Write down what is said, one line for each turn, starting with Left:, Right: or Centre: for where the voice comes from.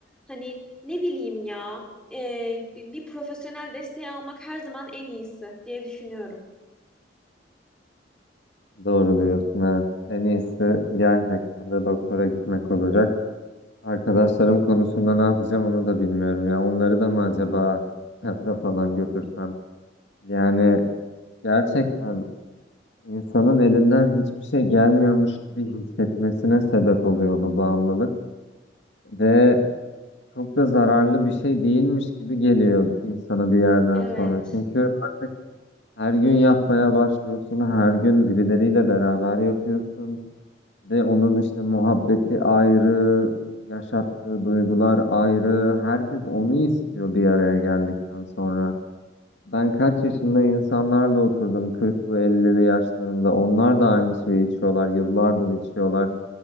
Centre: hani ne bileyim ya e, bi- bir profesyonel desteği almak her zaman en iyisi diye düşünüyorum.
Left: Doğru diyorsun evet. En iyisi gerçekten de doktora gitmek olacak. Arkadaşlarım konusunda ne yapacağım onu da bilmiyorum ya. Onları da mı acaba psikiyatra falan götürsem? Yani gerçekten insanın elinden hiçbir şey gelmiyormuş gibi hissetmesine sebep oluyor bu bağımlılık. Ve çok da zararlı bir şey değilmiş gibi geliyor insana bir yerden
Centre: Evet.
Left: sonra. Çünkü artık Her gün yapmaya başlıyorsun, her gün birileriyle beraber yapıyorsun. Ve onun işte muhabbeti ayrı, yaşattığı duygular ayrı. Herkes onu istiyor bir araya geldikten sonra. Ben kaç yaşında insanlarla oturdum, 40'lı 50'li yaşlarında. Onlar da aynı şeyi içiyorlar, yıllardır içiyorlar.